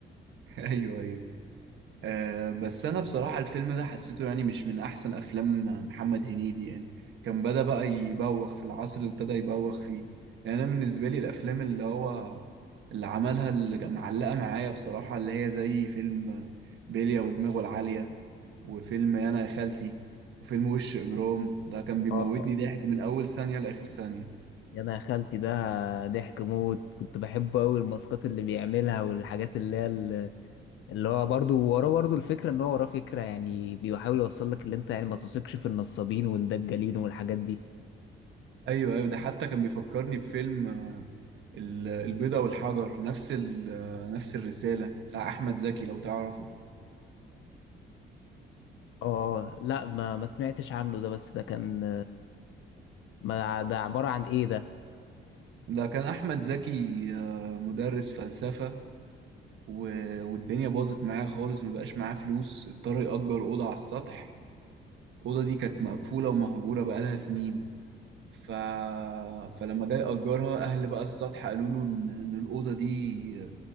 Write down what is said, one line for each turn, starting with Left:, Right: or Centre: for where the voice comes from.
Right: ايوه ايوه آه بس انا بصراحة الفيلم ده حسيته يعني مش من احسن افلام محمد هنيدي يعني كان بدأ بقى يبوخ في العصر اللي ابتدى يبوخ فيه يعني انا بالنسبة لي الافلام اللي هو اللي عملها اللي كان معلقة معايا بصراحة اللي هي زي فيلم بيليا ودماغه العالية وفيلم انا يا خالتي وفيلم وش اجرام ده كان بيموتني
Left: اه
Right: ضحك من اول ثانية لاخر ثانية
Left: يا انا يا خالتي ده ضحك موت كنت بحبه قوي الماسكات اللي بيعملها والحاجات اللي هي ال- اللي هو برضو وراه برضو الفكرة ان هو وراه فكرة يعني بيحاول يوصل لك اللي انت يعني ما تثقش في النصابين والدجالين والحاجات دي
Right: ايوه ايوه ده حتى كان بيفكرني بفيلم ال- البيضة والحجر نفس ال- نفس الرسالة بتاع أحمد زكي لو تعرفه
Left: اه لا ما ما سمعتش عنه ده بس ده كان ما ده عبارة عن ايه ده
Right: ده كان أحمد زكي آه، مدرس فلسفة و- والدنيا باظت معاه خالص مبقاش معاه فلوس اضطر يأجر أوضة على السطح الأوضة دي كانت مقفولة ومهجورة بقالها سنين ف... فلما جاي أجرها أهل بقى السطح قالوا له إن إن الأوضة دي